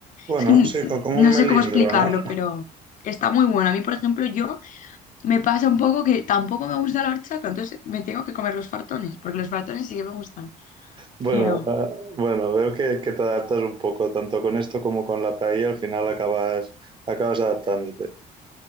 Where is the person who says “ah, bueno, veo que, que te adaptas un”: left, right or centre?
Right